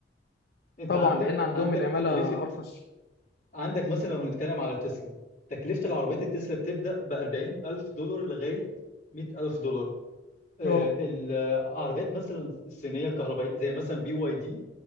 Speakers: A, on the left (about 45°); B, on the left (about 60°).
A: انت
B: طبعا
A: عندك
B: لان عندهم
A: عندك
B: العماله
A: تكلفه
B: ارخص
A: عندك مثلا لو هنتكلم على تسلا تكلفه العربيات التسلا بتبدا ب 40000 دولار لغايه 100000 دولار آه،
B: اه
A: العربيات مثلا الصينيه الكهربائيه زي مثلا بي واي دي